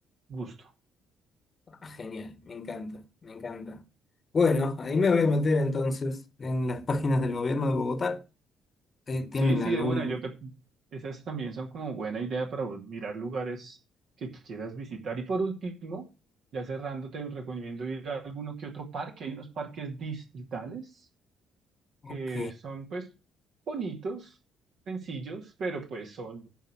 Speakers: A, on the right; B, on the left.
A: gusto.
B: Ah, genial, me encanta, me encanta. Bueno, ahí me voy a meter entonces en las páginas del gobierno de Bogotá. Eh, ¿tienen
A: Sí, sí,
B: algún...?
A: de una, yo te, esas también son como buena idea para bu- mirar lugares que quieras visitar. Y por último, ya cerrando, te recomiendo ir a alguno que otro parque. Hay unos parques distritales
B: Ok.
A: que son pues bonitos, sencillos, pero pues son